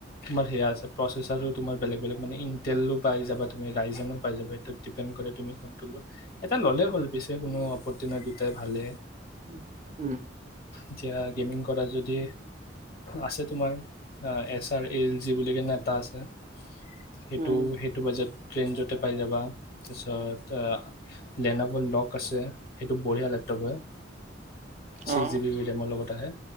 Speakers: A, on the left (about 50°); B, on the right (about 35°).
A: তোমাৰ সেয়া আছে প্ৰচেচ আৰু বেলেগ বেলেগ ইনটেলও পাই যাবা ৰাইজেনো পাই যাবা কত ডিপেণ্ড কৰে তুমি যোনটো লোৱা ভাল পিছে কোনো আপত্তি তেনে দুটাই ভালে
B: উ উম
A: এতিয়া গেমিং কৰা যদি আছে তোমাৰ এছ আৰ এল যি বুলি কেনে এটা আছে সেইটো
B: উম
A: সেইটো বাজেত ট্ৰেইন য'তে পাই যাবা তাৰপিছত লেনত লক আছে সেইটো বঢ়িয়া লেপটপ হয় ছিক্স
B: অ
A: জিব বি ৰেমৰ লগত আহে